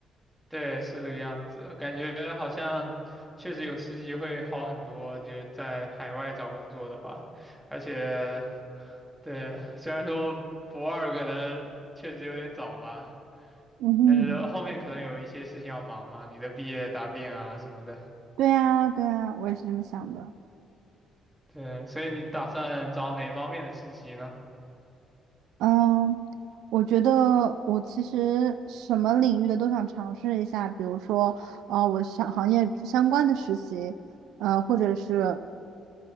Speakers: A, in the centre; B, on the right (about 80°).
A: 对，是这个样子，感觉好像确实有实习会好很多，就是在海外找工作的话，而且对，虽然说博二可能确实有点早吧，
B: <laughs> 嗯哼。
A: 但是后面可能有一些事情要忙嘛，你的毕业答辩啊什么的。
B: 对呀，对呀，我也是这么想的。
A: 对，所以你打算找哪方面的实习呢？
B: 嗯，我觉得我其实什么领域的都想尝试一下，比如说，呃，我想行业相关的实习，呃，或者是